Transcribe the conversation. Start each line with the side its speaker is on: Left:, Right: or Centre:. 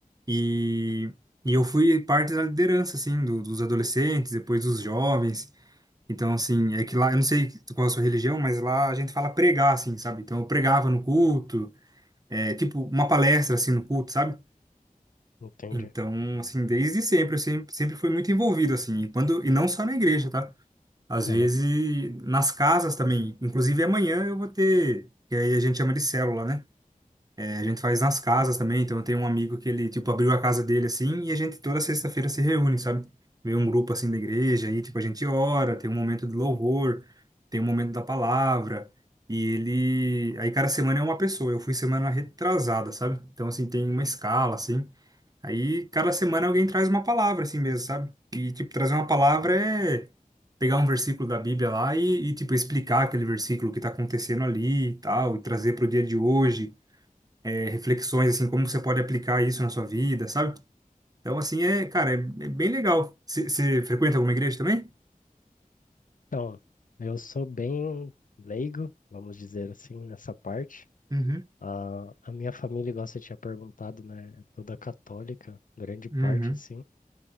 Right: E, e eu fui parte da liderança, assim, do- dos adolescentes, depois dos jovens. Então, assim, é que lá, eu não sei qual é a sua religião, mas lá a gente fala pregar, assim, sabe? Então, eu pregava no culto, é, tipo, uma palestra, assim, no culto, sabe?
Left: Entendi.
Right: Então, assim, desde sempre, eu sempre, sempre fui muito envolvido, assim, e quando, e não só na igreja, tá? Às
Left: Aham.
Right: vezes, nas casas também. Inclusive, amanhã eu vou ter. Que aí a gente chama de célula, né? É, a gente faz nas casas também. Então, eu tenho um amigo que ele, tipo, abriu a casa dele assim. E a gente toda sexta-feira se reúne, sabe? Vem um grupo assim da igreja. Aí, tipo, a gente ora. Tem um momento de louvor. Tem um momento da palavra. E ele. Aí, cada semana é uma pessoa. Eu fui semana retrasada, sabe? Então, assim, tem uma escala, assim. Aí cada semana alguém traz uma palavra assim mesmo, sabe? E tipo, trazer uma palavra é pegar um versículo da Bíblia lá e, e, tipo explicar aquele versículo, o que tá acontecendo ali e tal, e trazer pro dia de hoje, é, reflexões assim, como você pode aplicar isso na sua vida, sabe? Então assim é, cara, é, é bem legal. Você frequenta alguma igreja também?
Left: Então, eu sou bem leigo, vamos dizer assim, nessa parte.
Right: Uhum,
Left: A, a minha família, igual você tinha perguntado, né, é toda católica, grande
Right: uhum,
Left: parte assim.